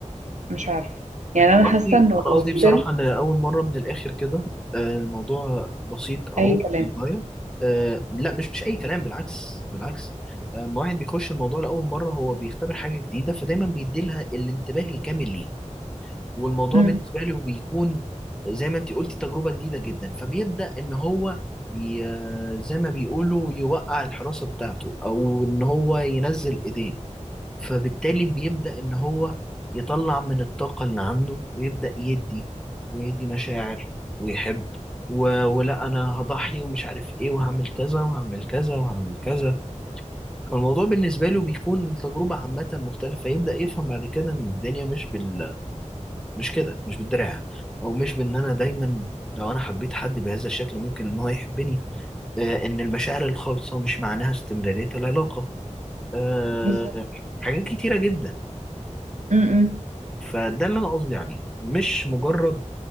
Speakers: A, on the right; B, in the centre.
A: مش عارفة يعني
B: أنا
A: أنا
B: قصدي
A: حاسة إنه
B: أنا قصدي
A: still
B: بصراحة إن أول مرة من الآخر كده آه، الموضوع بسيط أهو
A: أي كلام
B: للغاية آه، لا مش مش أي كلام بالعكس بالعكس آه، لما واحد بيخش الموضوع لأول مرة هو بيختبر حاجة جديدة فدايما بيديلها الانتباه الكامل ليها والموضوع
A: مم.
B: بالنسبة له بيكون زي ما انت قلتي تجربة جديدة جدا فبيبدأ ان هو ي... زي ما بيقولوا يوقع الحراسة بتاعته او ان هو ينزل ايديه فبالتالي بيبدأ ان هو يطلع من الطاقة اللي عنده ويبدأ يدي ويدي مشاعر ويحب و... ولا انا هضحي ومش عارف ايه وهعمل كذا وهعمل كذا وهعمل كذا فالموضوع بالنسبة له بيكون التجربة عامة مختلفة يبدأ يفهم بعد كده ان الدنيا مش بال مش كده مش بالدراع او مش بان انا دايما لو انا حبيت حد بهذا الشكل ممكن ان هو يحبني آه ان المشاعر الخالصه مش معناها استمراريه العلاقه آه
A: بالظبط
B: حاجات كتيره جدا
A: مم. مم.
B: فده اللي انا قصدي عليه مش مجرد